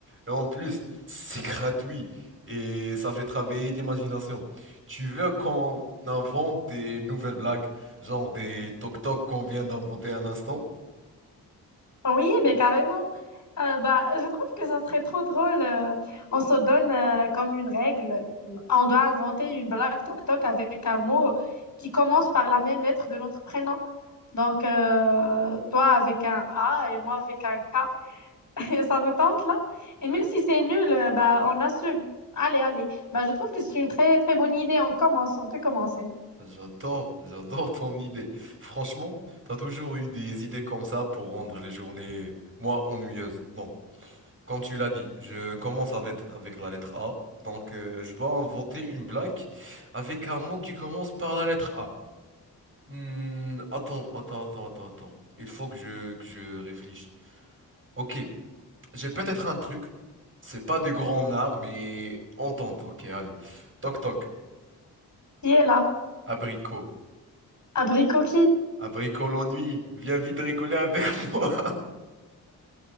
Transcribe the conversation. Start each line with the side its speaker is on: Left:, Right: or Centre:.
Right: Et en plus, c'est gratuit et ça fait travailler l'imagination. Tu veux qu'on invente des nouvelles blagues, genre des toc-toc qu'on vient d'inventer un instant?
Left: Oui, mais carrément. Euh, bah, je trouve que ça serait trop drôle. euh, on se donne euh, comme une règle. On doit inventer une blague toc-toc avec un mot qui commence par la même lettre de notre prénom. Donc, euh, toi avec un A et moi avec un K. <laughs> Ça te tente, là? Et même si c'est nul, euh, bah, on assume. Allez, allez. Bah, je trouve que c'est une très, très bonne idée. On commence, on peut commencer.
Right: J'adore, j'adore ton idée. Franchement, t'as toujours eu des idées comme ça pour rendre les journées, moi, ennuyeuses. Bon, comme tu l'as dit, je commence avec, avec la lettre A. Donc, euh, je dois inventer une blague avec un mot qui commence par la lettre A. Hmm, attends, attends, attends, attends, attends. Il faut que je, que je réfléchisse. Ok, j'ai peut-être un truc. C'est pas du grand art, mais on tente. Ok, allez. Toc toc.
Left: Qui est là?
Right: Abricot.
Left: Abricot qui?
Right: Abricot l'ennui. Viens vite rigoler avec <laughs> moi.